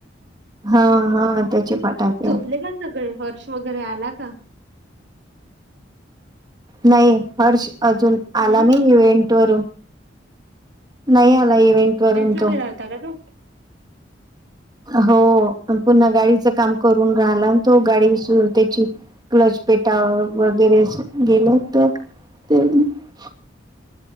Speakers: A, on the right; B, on the right.
A: हा हा त्याचे फटाके
B: झोपले का सगळे हर्ष? वगैरे आला का?
A: नाही हर्ष अजून
B: हम्म.
A: आला नाही इव्हेंट वरून. नाही आला इव्हेंट वरून
B: ला
A: तो.
B: गेला होता का तो
A: हो पुन्हा गाडीचं काम करून राहलान, तो गाडी सुर त्याची क्लचपेटा वगैरे च गेला तर. तर <unintelligible>